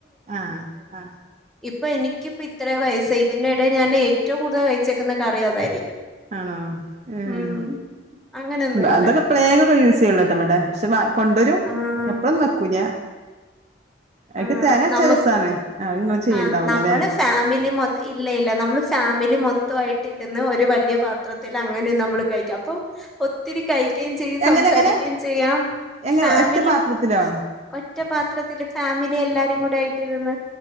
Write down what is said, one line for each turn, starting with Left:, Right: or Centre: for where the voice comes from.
Right: ആ ആ
Centre: ഇപ്പ എനിക്കിപ്പ ഇത്രേ വയസ്സായി ഇതിന്റെ എടേൽ ഞാൻ ഏറ്റവും കൂടുതൽ കഴിച്ചേക്ക്ന്ന കറി അതായിരിക്കും
Right: ആണോ ഏഹ്
Centre: ഉം അങ്ങനൊന്നുല്ല
Right: അതൊക്കെ എപ്പളെലും യൂസിചെയ്യള്ളുട്ടെ ഇവിടെ പക്ഷെ വാങ്‌ കൊണ്ടുവരും
Centre: ആഹ്
Right: എപ്പളൊന്നും വെക്കൂല അയ്ക്ക്
Centre: ആഹ്
Right: തേങ്ങരച്ച
Centre: നമു
Right: രസാണ് ആ ഇങ്ങൾ ചെയ്യണ്ടാവൂലല്ലെ
Centre: ആഹ് നമ്മള് ഫാമിലി മൊ ഇല്ല ഇല്ല നമ്മള് ഫാമിലി മൊത്വാ ആയിട്ട് ഇരുന്ന് ഒരു വല്യ പാത്രത്തിൽ അങ്ങനെ നമ്മള് കഴിക്ക അപ്പൊ ഒത്തിരി കഴിക്കേം ചെയ്യ
Right: എങ്ങനെ
Centre: സംസാരിക്കേം
Right: എങ്ങനെ
Centre: ചെയ്യാ
Right: എങ്ങനെ
Centre: ഫാമിലി
Right: ഒറ്റ പാത്രത്തിലോ
Centre: ഒറ്റപാത്രത്തില് ഫാമിലി എല്ലാരും കൂടെ ആയിട്ടിരുന്ന്